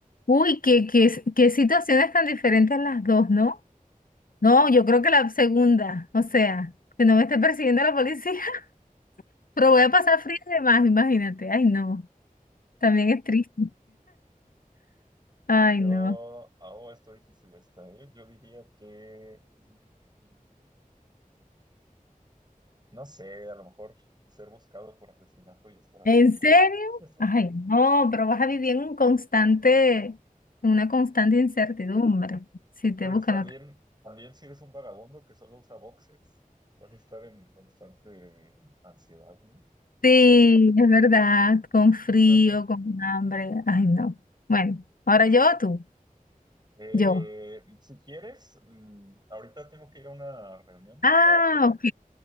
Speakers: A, on the left; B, on the right.
A: Uy, qué, qué, qué situaciones tan diferentes las dos, ¿no? No, yo creo que la segunda, o sea, que no me esté persiguiendo la policía, <laughs> pero voy a pasar frío de más, imagínate. Ay, no, también es triste. Ay,
B: Yo,
A: no.
B: oh, está difícil esta, ¿eh? Yo diría que, mm, no sé, a lo mejor ser buscado por asesinato y estar a
A: ¿En
B: la fuga.
A: serio?
B: <laughs>
A: Ay, no, pero vas a vivir en un constante, en una constante incertidumbre. Si te
B: Pues
A: buscan
B: también,
A: otra.
B: también si eres un vagabundo que solo usa boxers, vas a estar en constante ansiedad, ¿no?
A: Sí, es verdad, con frío,
B: <laughs>
A: con hambre. Ay, no. Bueno, ahora yo o tú,
B: Eh,
A: yo.
B: si quieres, mm, ahorita tengo que ir a una reunión de
A: Ah,
B: trabajo,
A: ok.